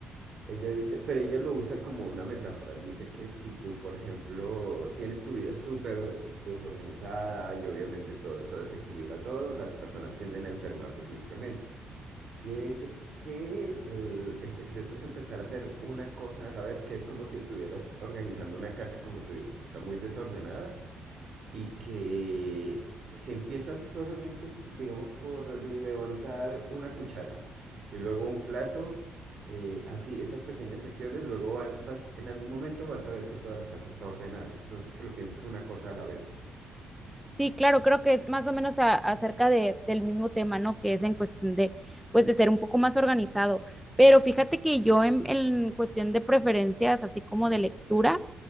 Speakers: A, on the right; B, in the centre.
A: Ella dice, pero ella lo usa como una metáfora. Dice que si tú, por ejemplo, tienes tu vida súper desorganizada y obviamente todo eso desequilibra todo, las personas tienden a enfermarse físicamente. Y ella dice que el, el secreto es empezar a hacer una cosa a la vez, que es como si estuvieras organizando una casa, como tú dices, que está muy desordenada y que si empiezas solamente, digamos, por levantar una cuchara y luego un plato, eh, así, esas pequeñas acciones, luego va- vas, en algún momento vas a ver que toda la casa está ordenada. Entonces que lo pienses una cosa a la vez.
B: Sí, claro, creo que es más o menos a- acerca de, del mismo tema, ¿no? Que es en cuestión de, pues, de ser un poco más organizado. Pero fíjate que yo en, en cuestión de preferencias, así como de lectura,